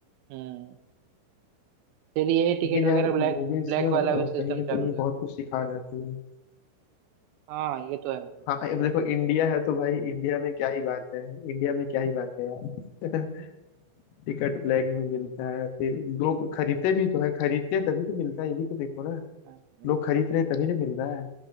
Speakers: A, on the right; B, on the left.
A: हम्म फिर ये टिकट
B: लेकिन
A: वगैरह
B: यार
A: ब्लैक
B: मूवीज
A: ब्लैक
B: ना
A: वाला भी
B: अ,
A: सिस्टम
B: कहीं ना कहीं
A: चालू हो जाता
B: बहुत
A: है
B: कुछ सिखा जाती है
A: हाँ ये तो है भाई सही
B: हाँ अब देखो
A: बोला
B: इंडिया है तो भाई इंडिया में क्या ही बात है इंडिया में क्या ही बात है यार <laughs> टिकट ब्लैक में मिलता है फिर लोग खरीदते भी तो है खरीदते हैं तभी तो मिलता है ये भी तो देखो ना
A: हाँ
B: लोग
A: ये तो
B: खरीद
A: है
B: रहे हैं तभी ना मिल रहा है